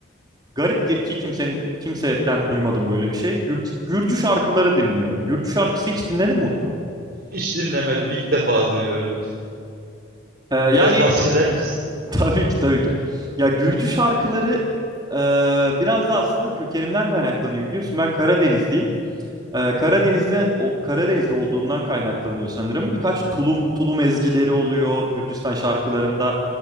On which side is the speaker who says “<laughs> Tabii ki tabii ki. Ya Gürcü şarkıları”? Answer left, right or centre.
Right